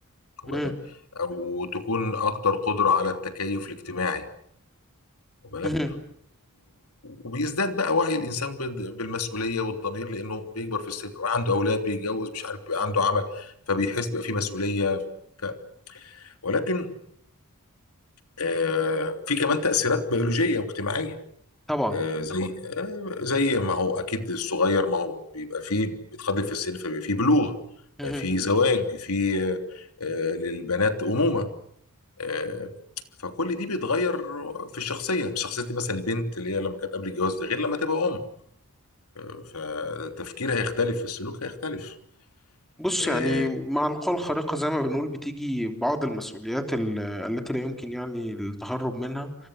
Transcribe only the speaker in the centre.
مهم.
مهم.
طبعا
مهم.
بص
يعني مع القوى الخارقة زي ما بنقول بتيجي بعض المسؤوليات ال- التي لا يمكن يعني التهرب منها